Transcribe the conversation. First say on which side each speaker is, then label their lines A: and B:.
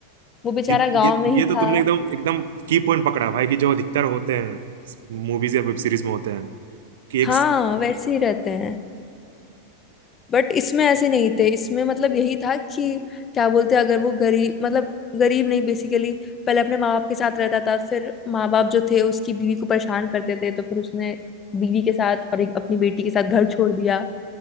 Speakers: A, on the left; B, on the right.
A: वो बेचारा
B: ये
A: गांव
B: ये
A: में ही
B: ये तो
A: था
B: तुमने एकदम एकदम की पॉइंट पकड़ा भाई कि जो अधिकतर होते हैं मूवीज या वेब सीरीज में होते हैं कि एक
A: हाँ वैसे ही रहते हैं बट इसमें ऐसे नहीं थे इसमें मतलब यही था कि क्या बोलते हैं अगर वो गरीब मतलब गरीब नहीं बेसिकली पहले अपने माँ बाप के साथ रहता था फिर माँ बाप जो थे उसकी बीवी को परेशान करते थे तो फिर उसने बीवी के साथ और एक अपनी बेटी के साथ घर छोड़ दिया